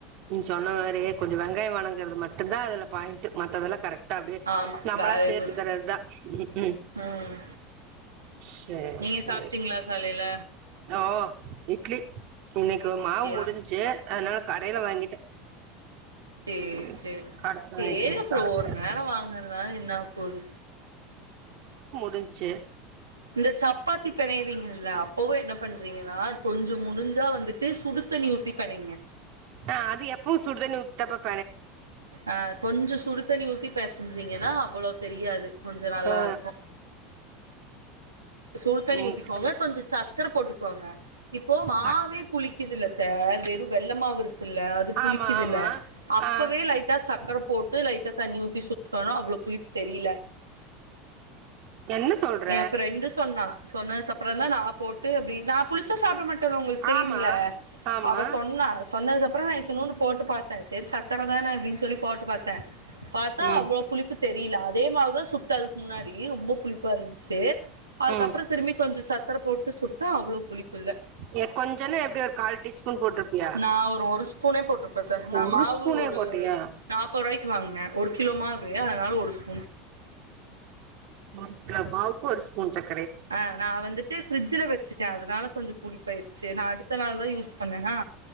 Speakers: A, on the right (about 50°); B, on the right (about 85°).
A: நீங் சொன்ன மாரி கொஞ்ச வெங்காய வணங்கறது மட்டுந்தா அதுல பாயிண்ட்டு மத்ததெலா கர ட்டா அப்டே
B: ஆமா
A: நம்மளா
B: வேற
A: சேத்துக்கறது
B: எதுவு
A: தா ம்ஹு
B: ம்
A: சேர்
B: நீங்க
A: சேர்
B: சாப்ட்டீங்களா காலையில
A: ஓ இட்லி இன்னிக்கு
B: இட்லியா
A: மாவு முடிஞ்சு அதனால கடைல வாங்கிட்டே
B: சேர்
A: ம்
B: சேரி
A: கடையில
B: சேரி
A: வாங்கிட்டு வந்து
B: அப்புறொ
A: சாப்ட்டாச்சு
B: ஒரு நேரொ வாங்கனதுனால என்னாவபோது
A: டிஞ்சு
B: இந்த சப்பாத்தி பெணையரிங்கில்ல அ ப்போவே என்ன பண்றீங்கனா கொஞ்சு முடிஞ்சா வந்துட்டு சுடு தண்ணி ஊத்தி பெணைங்க
A: அ அது எப்புவு சுடுதண்ணி ஊ தப்பப்
B: ஆ கொஞ்ச சுடுதண்ணி ஊத்தி பெசஞ்சிங்கனா அவ்வளோ தெரியாது கொஞ்ச நல்லா
A: ஆ
B: இருக்கு சுடுதண்ணி
A: ம்
B: ஊத்திகோங்க கொஞ்ச சக்கர போட்டுகோங்க இப்போ மாவே
A: சா
B: புளிக்குதுல த்த வெறு வெள்ள மாவு இருக்குல்ல அது புளிக்குதுல
A: ஆமா ஆமா
B: அப்பவே
A: ஆ
B: லைட்டா சக்கர போட்டு லைட்டா தண்ணி ஊத்தி சுட்டோனா அவ்ளோ புளிப்பு தெரில
A: என்ன சொல்ற
B: எ ஃப்ரெண்டு சொன்னா சொன்னதுக்கப்றந்தா நா போட்டு அப்டி நா புளிச்சா சாப்ட மட்டேல்ல உங்களுக்கு தெரியும்ல
A: ஆமா ஆமா
B: அவ சொன்னா சொன்னதுக்கப்றோ நா இத்துனூன்டு போட்டு பாத்தே சேரி சக்கர தான அப்டினு சொல்லி போட்டு பாத்தே பாத்தா
A: ம்
B: அவ்வளோ புளிப்பு தெரில அதே மாவுதா சுட்ட அதுக்கு முன்னாடி ரொம்ப புளிப்பா இருந்ச்சு அதுக்கப்றோ
A: ம்
B: திரும்பி கொஞ்சோ சக் கர போட் டு சுட்டா அவ்ளோ புளிப்பு இல்ல
A: எ கொஞ்சன்னா எப்டி ஒரு கால் டீஸ்பூன் போட்ருப்பியா
B: நா ஒரு ஒரு ஸ்பூனே போட்ருப்ப த்த நா
A: ஒரு
B: மாவு
A: ஸ்பூனே
B: ஒரு
A: போட்டியா
B: நாப்பது ருவாய்க் வாங்னே ஒரு கிலோமாவு அதனால ஒரு ஸ்பூ
A: ஒரு கிலோ மாவு ஒரு ஸ்பூன் சக்
B: ஆ நா வந்து ட்டு ஃப்ரிட்ஜ்ல வச்சுட்ட அதனால கொஞ்சோ புளிப்பாயிருச்சு நா அடுத்த நாள் தா யூஸ் பண்ணேனா